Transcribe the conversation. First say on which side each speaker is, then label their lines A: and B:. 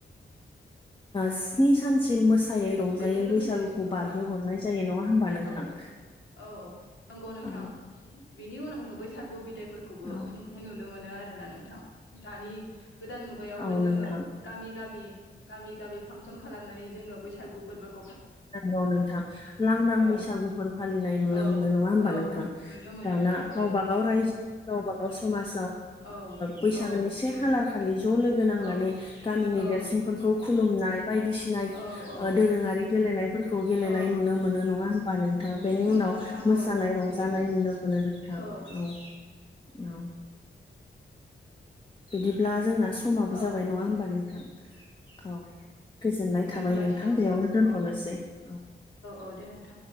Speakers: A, on the left; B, on the left.
A: स्नि सानसिम मोस फिायै रंजायै
B: बेजों लोगोसे
A: बैसागुखौ
B: औ
A: बारहो हरनाय जायो नङा होमबा नोंथां?
B: औ औ औ नंगौ नोंथां।
A: औ
B: बिनि उनाव जोङो बैसागु बिदायफोरखौबो
A: औ
B: खुंफुंनाय नुनो मोनो आरोना नोंथां दानि गोदान मुगायावबो
A: औ
B: जोङो
A: नोंथां
B: गामि गामि गामि गामि फांसन खालामनानै जोङो बैसागु फोरबो
A: नंगौ नोंथां लांदां
B: औ
A: बैसागुफोर फालिनाय नुनो
B: औ
A: मोनो नङा होमबा
B: औ
A: नोंथां?
B: नुनो मोनो
A: दाना
B: नोंथां
A: गावबाागाव
B: औ
A: रायजो गावबा गाव समाज
B: औ
A: बैसागुनि
B: औ
A: से खालार खालि ज' लोगो नांनानै
B: औ
A: गामिनि
B: औ
A: देरसिनफोरखौ खुलुमनाय बायदिसिना
B: औ औ
A: दोरोङारि गेलेनायफोरखौ गेलेनाय
B: औ
A: नुनो मोनो नङा होमबा नोंथां बेनि
B: नंगौ
A: उनाव
B: नोंथां
A: मोसानाय
B: औ
A: रंजानाय
B: बेनि उम
A: नुनो मोनो। नोंथां
B: औ
A: औ औ बिदिब्ला जोंना समाबो
B: औ
A: जाबाय नङा होमबा नोंथां? औ। गोजोननाय
B: दोनथ'लायसै
A: थाबाय नोंथां
B: ना माथो
A: बेयावनो दोनथ'नोसै
B: औ
A: औ।
B: औ दे नोंथां